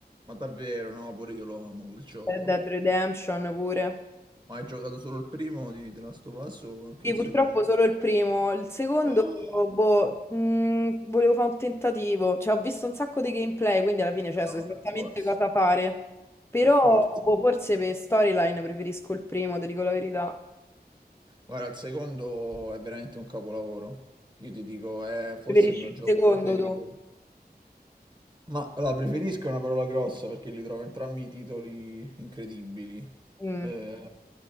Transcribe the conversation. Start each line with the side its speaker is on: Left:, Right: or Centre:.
Right: Ma davvero, no, pure io lo amo quel gioco.
Left: Red Dead Redemption pure.
Right: Ma hai giocato solo il primo di The Last of Us o anche
Left: Sì,
Right: il
Left: purtroppo
Right: secondo?
Left: solo il primo, il secondo,
Right: Ah.
Left: boh, mh, volevo fare un tentativo, cioè ho visto un sacco di gameplay, quindi alla fine cioè, so
Right: No,
Left: esattamente
Right: per forza.
Left: cosa fare, però
Right: Per forza.
Left: boh, forse per storyline preferisco il primo, ti dico la verità,
Right: Guarda, il secondo è veramente un capolavoro. Io ti dico, è forse
Left: preferisci
Right: il mio
Left: il
Right: gioco
Left: secondo
Right: preferito.
Left: tu?
Right: Ma la preferisco è una parola grossa perché li trovo entrambi i titoli incredibili.
Left: Mm,
Right: Eh,